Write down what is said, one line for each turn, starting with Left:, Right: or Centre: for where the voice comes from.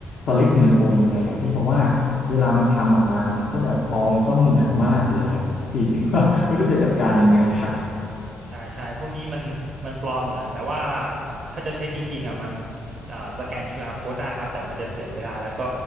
Left: สลิปเงินโอนยังไงอ่ะพี่เพราะว่าเวลามันทำออกมามันก็แบบปลอมเสมือนมากเลยอ่ะพี่ <laughs> จริงว่า <laughs> ไม่รู้จะจัดการยังไงอ่ะ
Right: ใช่ใช่พวกนี้มันมันปลอมเหมือนแต่ว่าถ้าจะเช็คจริงๆอ่ะมันอ่าสแกน QR code ได้ครับแต่ว่ามันจะเสียเวลาแล้วก็